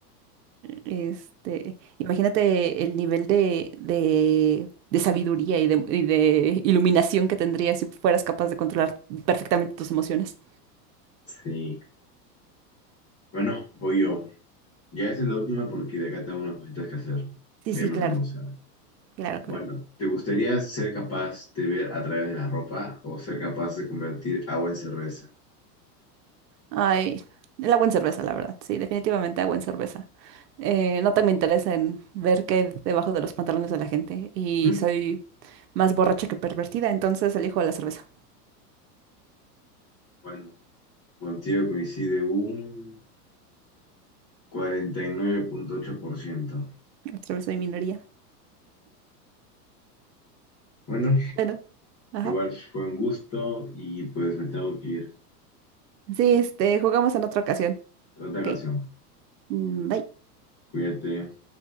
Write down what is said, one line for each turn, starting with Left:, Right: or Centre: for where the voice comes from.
Right: Este, imagínate el nivel de, de, de sabiduría y de, y de iluminación que tendrías si fueras capaz de controlar perfectamente tus emociones.
Left: Sí. Bueno, voy yo. Ya esa es la última porque de acá tengo unas cositas que hacer.
Right: Sí,
Left: Voy
Right: sí,
Left: a irme
Right: claro,
Left: a almorzar.
Right: claro, claro.
Left: Bueno, ¿te gustaría ser capaz de ver a través de la ropa o ser capaz de convertir agua en cerveza?
Right: Ay, el agua en cerveza, la verdad. Sí, definitivamente agua en cerveza. Eh, no tengo interés en ver qué hay debajo de los pantalones de la gente. Y
Left: <clears throat>
Right: soy más borracha que pervertida, entonces elijo la cerveza.
Left: Bueno, contigo coincide un cuarenta y nueve punto ocho por ciento.
Right: La cerveza y minería.
Left: Bueno,
Right: Bueno, ajá.
Left: igual fue un gusto y pues me tengo que ir.
Right: Sí, este, jugamos en otra ocasión.
Left: Otra ocasión.
Right: Ok. Mm, Bye.
Left: Cuídate.